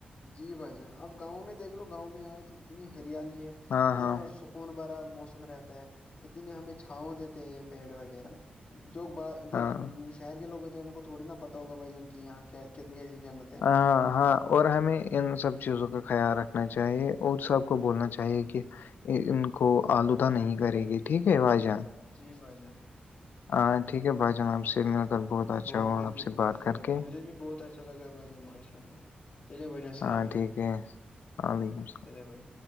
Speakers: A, on the left; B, on the left.
A: جی بھائی جان اب گاؤں میں دیکھ لو گاؤں میں آج اتنی ہریالی ہے
B: ہاں
A: اتنا
B: ہاں
A: اس کون بڑا موسم رہتا ہے اتنی ہمیں چھاؤ دیتے ہیں پیڑ وغیرہ جو اب جو
B: ہاں
A: شہر کے لوگ ہوتے ہیں ان کو تھوڑی نا پتا ہوگ بھائی جان کی یہاں ک کتنے ریجن
B: ہ ہاں اور ہمیں ان سب چیزوں کا خیال رکھنا چاہیے اور سب اور سب کو بولنا چاہیے کہ ان کو آلودہ نہیں کرے گی ٹھیک ہے بھائی جاں
A: جی بھائی جان
B: ہ ٹھیک ہے بھائی جان آپ سے کر بہت اچھا
A: بات
B: ہوا
A: کر
B: آپ
A: کے
B: سے
A: بہت
B: بات
A: اچھا
B: کر
A: لگا
B: کے
A: مجھے بھی بہت اچھا لگا بھائی جاں ماشاء اللہ چلیے بھائی جاں السلام
B: ہاں
A: علیکم
B: ٹھیک ہے وعلیکم السلام
A: چلیے بھائی جان۔